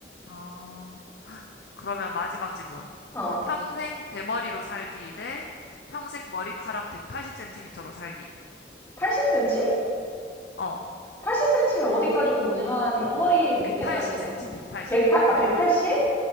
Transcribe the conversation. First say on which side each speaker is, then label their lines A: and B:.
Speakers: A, on the left; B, on the left.
A: 어, 그러면 마지막 질문.
B: 어.
A: 평생 대머리로 살기 대 평생 머리카락 180cm로 살기.
B: 80cm?
A: 어,
B: 80cm면 어디까지 오는 거지? 한 허리 밑에까지
A: 180cm,
B: 내려나?
A: 180.
B: 108, 아, 0